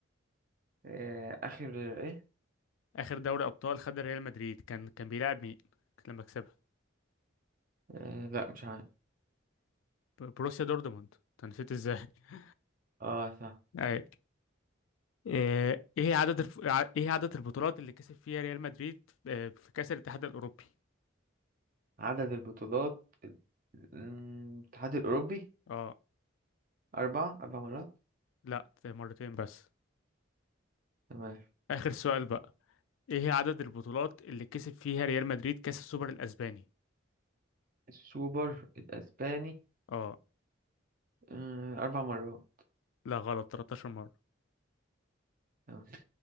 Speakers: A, on the right; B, on the left.
A: آه آخر إيه
B: آخر دوري أبطال خدها ريال مدريد كان كان بيلعب مين لما كسبها؟
A: آه لا مش عارف
B: بروسيا دورتموند أنت نسيت إزاي؟ <laughs>
A: آه صح
B: أيوة آه، ايه هي عدد الف... ع- ايه هي عدد البطولات اللي كسب فيها ريال مدريد آه، في كأس الاتحاد الأوروبي
A: عدد البطولات ال- مم، الاتحاد الأوروبي
B: اه
A: أربعة أربع مرات
B: لا مرتين بس
A: تمام
B: آخر سؤال بقى ايه هي عدد البطولات اللي كسب فيها ريال مدريد كأس السوبر الأسباني
A: السوبر الأسباني
B: اه
A: آه أربع مرات
B: لا غلط 13 مرة
A: تمام.